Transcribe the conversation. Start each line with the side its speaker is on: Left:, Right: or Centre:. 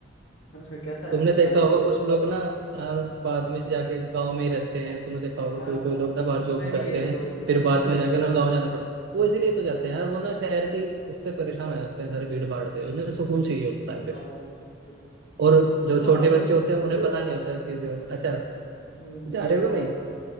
Left: मैं <laughs> कैसा
Right: तुमने
Left: है मेरा
Right: देखा
Left: आइडिया
Right: होगा कुछ लोग ना आ, बाद में जाके गांव में ही रहते हैं तुमने देखा होगा
Left: हाँ
Right: कोई
Left: हाँ
Right: कोई लोग ना बाहर जॉब
Left: मैं
Right: करते
Left: भी यही सोच
Right: हैं
Left: रहा
Right: फिर
Left: हूँ
Right: बाद में जाके ना गांव जाना पड़ता है वो इसीलिए तो जाते हैं यार वो ना शहर की उससे परेशान हो जाते हैं सारे भीड़
Left: हम्म,
Right: भाड़ से उन्हें सुकून चाहिए होता
Left: हम्म,
Right: है फिर
Left: बात है, बात
Right: और
Left: है। चलो
Right: जो छोटे
Left: भाई
Right: बच्चे होते हैं उन्हें पता नहीं
Left: हाँ
Right: होता
Left: हाँ
Right: इस चीज का अच्छा
Left: हम्म,
Right: जा रहे
Left: ये बात
Right: हो कहीं
Left: है